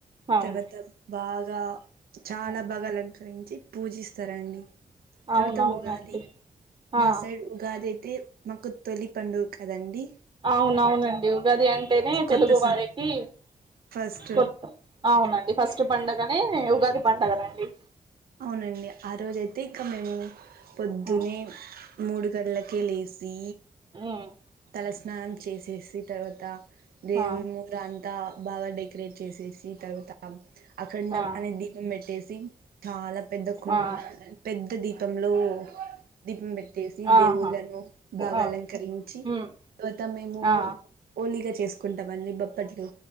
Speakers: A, on the right; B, on the right.
A: అవును
B: తర్వాత బాగా చాలా
A: ఉమ్,
B: బాగ అలంకరించి పూజిస్తారండి తర్వాత
A: అవునవునండి
B: ఉగాది
A: ఆ
B: మా సైడ్ ఉగాది ఐతే మాకు తొలి పండుగ కదండీ
A: అవునవునండి ఉగాది అంటెనే
B: కొత్త
A: తెలుగు
B: సం
A: వారికి
B: ఫస్ట్
A: కొత్త అవునండి ఫస్టు పండగనే ఉగాది పండగనండి
B: అవునండి ఆ రోజైతే ఇక్క మేము పొద్దున్నే
A: ఆ
B: మూడు గల్లకే లేసీ
A: ఉమ్
B: తల స్నానం చేసేసి తర్వాత దేవుళ్ళ
A: ఆ
B: ముందర అంతా బాగా డెకరేట్ చేసేసి తర్వాత అఖండం
A: ఆ
B: అనే దీపం పెట్టేసి చాలా పెద్ద కుం
A: ఆ
B: పెద్ద దీపంలో దీపం పెట్టేసి
A: ఆహా
B: దేవుళ్ళను బాగా
A: ఆ
B: అలంకరించి
A: ఉమ్
B: తర్వాత మేము
A: ఆ
B: పోలిగా చేసుకుంటామండీ బొబ్బట్లు